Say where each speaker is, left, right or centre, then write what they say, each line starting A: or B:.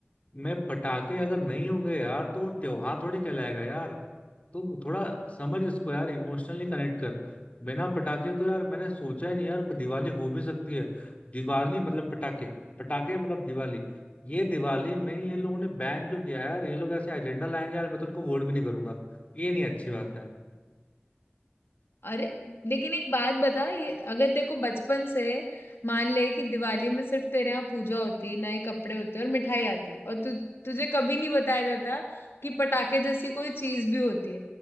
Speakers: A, on the left; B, on the left.
A: में पटाखे अगर नहीं होंगे यार तो वो त्योहार थोड़ी कहलाएगा यार तू थोड़ा समझ इसको यार इमोशनली कनेक्ट कर बिना पटाखे तो यार मैंने सोचा ही नहीं यार कि दिवाली हो भी सकती है दिवाली मतलब पटाखे पटाखे मतलब दिवाली ये दिवाली में ये लोगों ने बैन जो किया है यार ये लोग ऐसे एजेंडा लाएंगे यार मैं तो उनको वोट भी नहीं करूंगा ये नहीं अच्छी बात है
B: अरे लेकिन एक बात बता ये अगर तेरे को बचपन से मान ले कि दिवाली में सिर्फ तेरे यहाँ पूजा होती नए कपड़े होते और मिठाई आती और तु, तुझे कभी नहीं बताया जाता कि पटाखे जैसी कोई चीज भी होती है